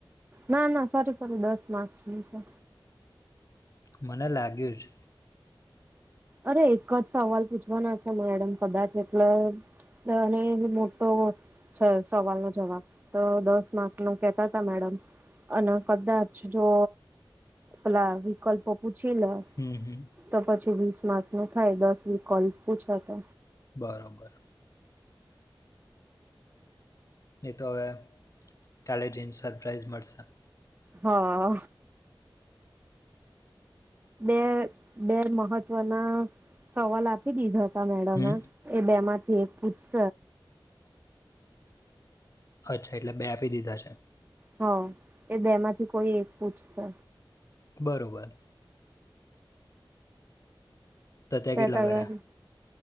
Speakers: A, on the right; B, on the left.
A: ના ના સારું સારું દસ માર્ની છે.
B: મને લાગ્યું છે.
A: અરે એક જ સવાલ પૂછવાના છે મેડમ કદાચ એટલે દને મોટો હો સવાલ નો જવાબ તો દસ માર્ક નો કેતા ત મેડમ. અને કદાચ જો, પેલા વિકલ્પો પૂછી લે.
B: હમ હમ.
A: તો પછી વીસ માર્ક ન થાય દસ વી કોલ પૂછા તો.
B: બરાબર. એ તો હવે, કાલે જઈને સરપ્રાાઈઝ મળશે.
A: હા. બે બે મહત્વના સવાલ આપી દીધા હતા મેડમે.
B: હમ
A: એ બે માંથી એક પૂછસ.
B: અચ્છા એટલે બે આપી દીધા છે.
A: હ, એ બે માંથી કોઈ એક પૂછશે.
B: બરોબર. તો ત્યાં
A: ત
B: કેટલા
A: તય <unintelligible>
B: કર્યા